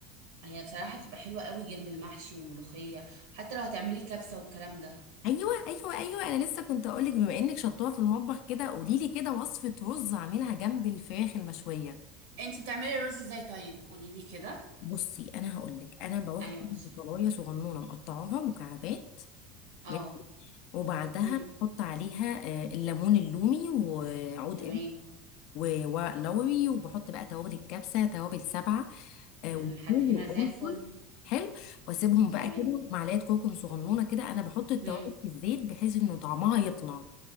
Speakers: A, on the right; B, on the left.
A: هي بصراحة بتبقى حلوة قوي جنب المحشي والملوخية حتى لو هتعملي كبسة والكلام ده
B: ايوه ايوه ايوه انا لسه كنت اقول لك بما انك شطوها في المطبخ كده قولي لي كده وصفة رز اعملها جنب الفراخ المشوية
A: انتي بتعملي الرز ازاي طيب قولي لي كده
B: بصي انا هقول لك انا بروح
A: ايوه
B: جنب
A: بصي
B: بطلايه صغنونه مقطعاها مكعبات
A: اه
B: ماشي؟ وبعدها
A: هم
B: احط عليها آه، الليمون اللومي وعود
A: تمام
B: و- ولوري وبحط بقى توابل الكبسه توابل سبعه آه،
A: لحد
B: وثوم
A: هنا
B: وقرفه
A: زي الفل
B: حلو واسيبهم بقى
A: تمام
B: كده معلقه كركم صغنونه كده انا بحط التوابل
A: هم
B: في الزيت بحيث انه طعمها يطلع